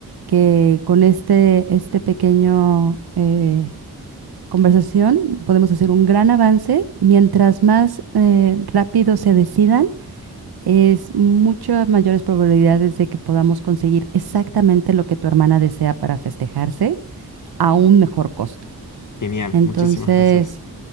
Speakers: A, on the right; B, on the left.
A: que con este, este pequeño eh, conversación podemos hacer un gran avance. Mientras más eh, rápido se decidan, es muchas mayores probabilidades de que podamos conseguir exactamente lo que tu hermana desea para festejarse a un mejor costo.
B: Genial,
A: Entonces,
B: muchísimas gracias.